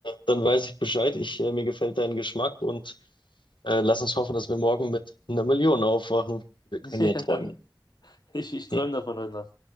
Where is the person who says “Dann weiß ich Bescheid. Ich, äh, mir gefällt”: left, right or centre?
Left